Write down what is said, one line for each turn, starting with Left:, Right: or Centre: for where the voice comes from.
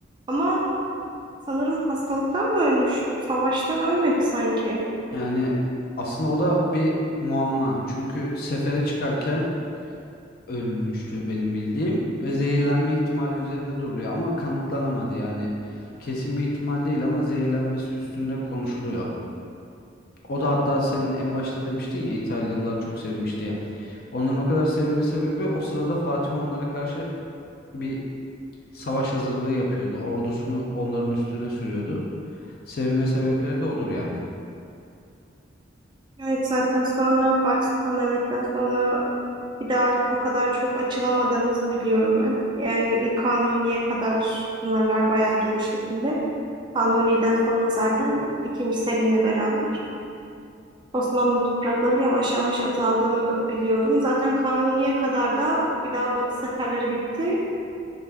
Right: Ama sanırım hastalıktan mı ölmüştü? Savaştan ölmedi sanki.
Left: Yani aslında o da bir muamma. Çünkü sefere çıkarken ölmüştü benim bildiğim ve zehirlenme ihtimali üzerinde duruluyor ama kanıtlanamadı yani. Kesin bir ihtimal değil ama zehirlenmesi üstünde konuşuluyor. O da hatta senin en başta demiştin ya İtalyalılar çok sevmiş diye. Onların o kadar sevme sebebi o sırada Fatih onlara karşı bir savaş hazırlığı yapıyordu. Ordusunu onların üstüne sürüyordu. Sevme sebepleri de odur yani.
Right: Evet zaten sonra Fatih Sultan Mehmet'ten sonra bir daha o kadar çok açılamadığımızı biliyorum ben. Yani bir kanuniye kadar sınırlar bayağı genişletildi. Kanuni'den sonra zaten ikinci Selim'le beraber Osmanlı toprakları yavaş yavaş azaldığını biliyorum. Zaten Kanuni'ye kadar da bir daha Batı seferleri bitti.